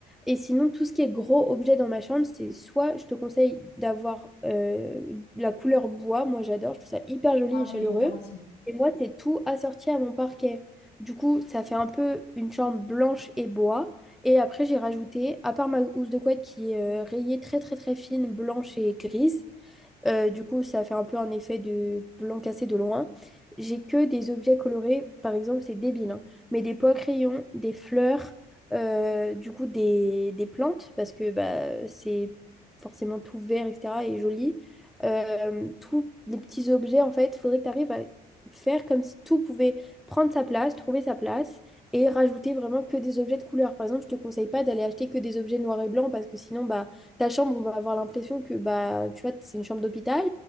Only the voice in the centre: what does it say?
Et sinon, tout ce qui est gros objet dans ma chambre, c'est soit je te conseille d'avoir euh, la couleur bois. Moi, j'adore. Je trouve ça hyper joli
et chaleureux.
Et moi, c'est tout assorti à mon parquet. Du coup, ça fait un peu une chambre blanche et bois. Et après, j'ai rajouté, à part ma housse de couette qui est euh, rayée très très très fine, blanche et grise, euh, du coup, ça fait un peu un effet de blanc cassé de loin. J'ai que des objets colorés, par exemple, c'est débile, hein, mais des pots à crayon, des fleurs, euh, du coup, des, des plantes, parce que bah, c'est forcément tout vert, etc., et joli. Euh, tous les petits objets, en fait, il faudrait que tu arrives à faire comme si tout pouvait prendre sa place, trouver sa place, et rajouter vraiment que des objets de couleur. Par exemple, je te conseille pas d'aller acheter que des objets noirs et blancs, parce que sinon, bah, ta chambre, on va avoir l'impression que bah, tu vois, c'est une chambre d'hôpital.